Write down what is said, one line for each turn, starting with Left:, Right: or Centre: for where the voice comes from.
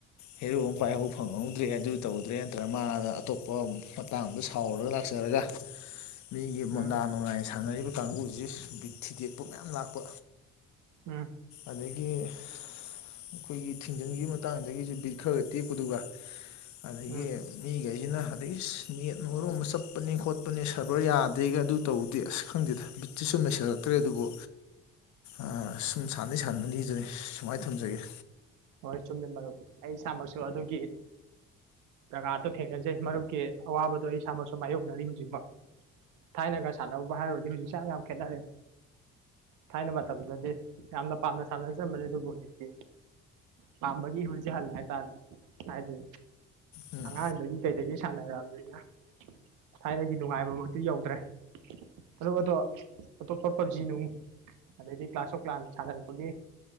Left: ꯍꯦꯔꫭ ꯑꯃ ꯄꯥꯏꯍꯧ ꯐꯪꯍꯧꯗ꯭ꯔꯦ ꯑꯗꯨ ꯇꯧꯗ꯭ꯔꯦ ꯅꯠꯇ꯭ꯔꯒ ꯃꯥꯅ ꯑꯇꯣꯞꯄꯥ꯫ ꯃꯇꯥꯡꯗꯨꯗꯥ ꯁꯥꯎꯔꯒ ꯂꯥꯛꯆꯔꯒꯥ ꯃꯤꯒꯤ ꯃꯣꯟꯗꯥ
Right: ꯎꯝ
Left: ꯅꯨꯡꯉꯥꯏꯅ ꯁꯥꯟꯅꯔꯤꯕꯥ ꯀꯥꯡꯕꯨꯁꯤꯕꯤ ꯕꯤꯠꯊꯨꯗꯦꯛꯄꯥ ꯃꯌꯥꯝ ꯂꯥꯛꯄꯥ
Right: ꯎꯝ
Left: ꯑꯗꯥꯒꯤ꯫ ꯑꯩꯈꯣꯏꯒꯤ ꯊꯤꯡꯖꯤꯟ ꯈꯤꯕꯩ ꯃꯇꯥꯡꯗꯥꯁꯨ ꯕꯤꯠ ꯈꯔꯒ ꯇꯦꯛꯄꯒꯥ ꯑꯗꯒꯤ
Right: ꯎꯝ
Left: ꯃꯤ ꯈꯩꯁꯤꯅ ꯑꯗꯩ ꯅꯦꯠ ꯃꯔꫭꯟ ꯑꯃ ꯆꯠꯄꯅꯤ ꯈꯣꯠꯄꯅ° ꯄꯅ° ꯁꯔꯕꯔ ꯌꯥꯗꯦꯒ ꯑꯗꯨ ꯇꯧꯗꯦ ꯑꯁ ꯈꯪꯗꯦꯗ ꯕꯤꯠꯁꯤ ꯁꯨꯝ ꯂꯩꯁꯤꯟꯔꯛꯇ꯭ꯔꯦ ꯑꯗꯨꯕꯨ ꯑꯥꯥ ꯁꯥꯟꯗꯤ ꯁꯥꯟꯅꯔꯤ ꯗꯨꯅꯤ ꯁꯨꯃꯥꯏꯅ ꯊꯝꯖꯒꯦ꯫
Right: ꯍꯣꯏ ꯆꯨꯝꯃꯤ ꯃꯔꯨꯞ ꯑꯩ ꯏꯁꯃꯛꯁꯨ ꯑꯗꯨꯒꯤ ꯖꯒꯥꯗꯣ ꯊꯦꯡꯅꯖꯩ ꯃꯔꯨꯞꯀꯤ ꯑꯋꯥꯕꯗꯣ ꯑꯩ ꯏꯁꯥꯃꯛꯁꯨ ꯃꯥꯏꯌꯣꯛꯅꯔꯤ ꯍꯧꯖꯤꯛ ꯁꯨ꯫ ꯊꯥꯏꯅꯒ ꯁꯥꯟꯅꯔꯨꯕꯥ ꯍꯥꯏꯔꯨꯔꯗꯤ ꯍꯧꯖꯤꯛꯁꯤ ꯌꯥꯝ ꯈꯦꯠꯅꯔꯦ ꯊꯥꯏꯅꯥ ꯃꯇꯝꯗꯨꯗꯤ ꯌꯥꯝꯅ ꯄꯥꯝꯅ ꯁꯥꯟꯅꯖꯔꯝꯕꯅꯤ ꯑꯗꯨꯕꯨ ꯍꯧꯖꯤꯛꯇꯤ,,, ꯄꯥꯝꯕꯒꯤ ꯏꯍꯨꯜꯁꯤ ꯍꯜꯂꯦ ꯍꯥꯏꯇꯥꯔꯦ ꯍꯥꯏꯕꯗꯤ
Left: ꯎꯝ
Right: ꯑꯉꯥꯡꯗꯒꯤ ꯀꯩꯗꯒꯤ ꯁꯥꯟꯅ ꯔꯛꯑꯕꯅꯤꯅꯥ ꯊꯥꯏꯅꯒꯤ ꯅꯨꯡꯉꯥꯏꯕꯤꯃꯛꯇꯤ ꯌꯧꯗ꯭ꯔꯦ ꯃꯔꯨꯞ ꯑꯗꯣ ꯑꯇꯣꯄꯥ ꯄꯖꯤ ꯅꫭꯡ ꯑꯗꯩꯗꯤ ꯀ꯭ꯂꯥꯁ ꯁꯣꯛ ꯀ꯭ꯂꯥꯟ ꯁꯥꯟꯅꯔꯛꯄꯒꯤ